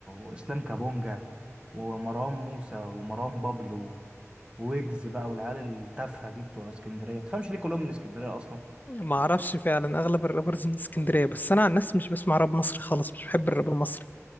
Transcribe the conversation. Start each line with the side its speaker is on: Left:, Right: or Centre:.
Right: واسلام كابونجا ومروان موسى ومروان بابلو ويجز بقى والعيال التافهه دي بتوع اسكندريه ما تفهمش ليه كلهم من اسكندريه اصلا
Left: ما اعرفش فعلا اغلب الرابرز من اسكندريه بس انا عن نفسي مش بسمع راب مصري خالص مش بحب الراب المصري